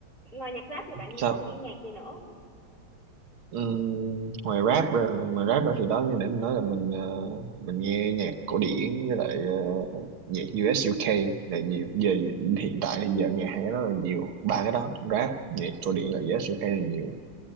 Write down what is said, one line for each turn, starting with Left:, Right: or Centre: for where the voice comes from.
Left: ngoài nhạc rap thì bạn
Right: sao
Left: còn nghe nhạc gì nữa
Right: Ừm, ngoài rap ra ngoài rap ra thì đó như nãy mình nói là mình ờ, mình nghe nhạc cổ điển với lại ờ, nhạc u UK là nhiều giờ hiện tại thì giờ nghe hai cái đó là nhiều ba cái đó rap nhạc cổ điển là u ét u UK là nhiều